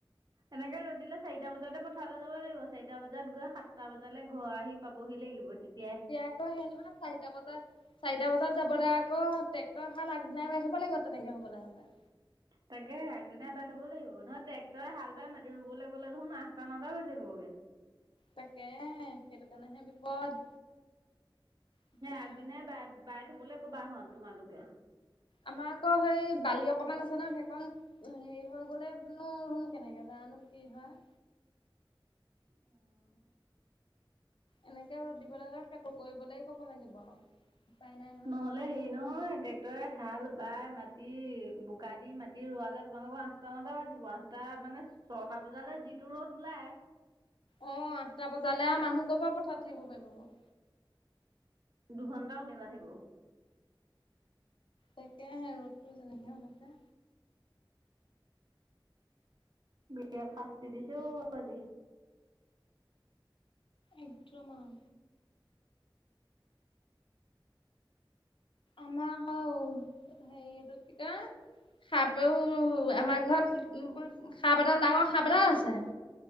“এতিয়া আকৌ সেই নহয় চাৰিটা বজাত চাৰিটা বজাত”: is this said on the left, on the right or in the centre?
Left